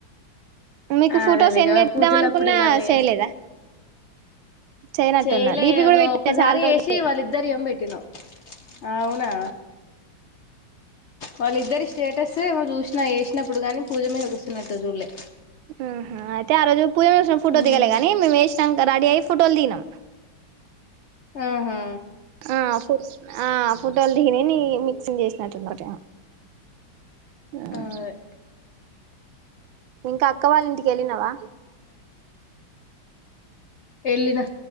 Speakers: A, on the right; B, on the left.
A: మీకు
B: అదేలే
A: ఫోటోస్ సెండ్
B: ఇగ
A: చేద్దాం
B: పూజలప్పుడు
A: అనుకున్నా
B: ఇగ అవే
A: చేయలేదా
B: చేస్తాం
A: చేయనట్టున్నారు
B: చేయలే
A: డీపీ కూడా
B: నువ్
A: పెట్టినా
B: ఒక్కసారి
A: చాలా రోజులు
B: ఏసి వాళ్ళిద్దరువి ఏమో బెట్టినావు అవునా వాళ్ళిద్దరి స్టేటస్ ఏమో చూసినా వేసినప్పుడు కానీ పూజ మీద కూస్సున్నట్టు జూల్లే
A: ఉమ్ హు అయితే ఆ రోజు పూజ మీద కూస్సున్న ఫోటో
B: ఉమ్
A: దిగలే కానీ మేము వేసినాంక రెడీ అయి ఫోటోలు దిగినం
B: ఆహా
A: ఆ ఫు ఆ ఫోటోలు దిగినయి నీయి మిక్సింగ్ చేసినట్టు ఉన్న ఒక్కటి ఆ
B: అదే
A: ఆ ఇంకా అక్క వాళ్ళ ఇంటికి వెళ్ళినవా
B: వెళ్లినా